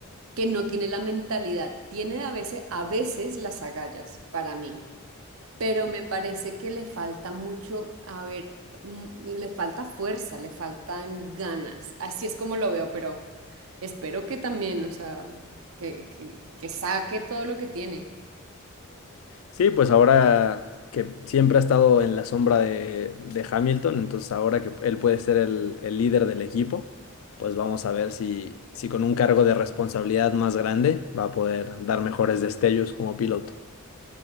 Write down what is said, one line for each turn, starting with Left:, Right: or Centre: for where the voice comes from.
Right: que no tiene la mentalidad, tiene a veces, a veces las agallas para mí, pero me parece que le falta mucho, a ver, mm, le falta fuerza, le faltan ganas, así es como lo veo, pero espero que también, o sea, que, que, que saque todo lo que tiene.
Left: Sí, pues ahora que siempre ha estado en la sombra de, de Hamilton, entonces ahora que él puede ser el, el líder del equipo, pues vamos a ver si, si con un cargo de responsabilidad más grande va a poder dar mejores destellos como piloto.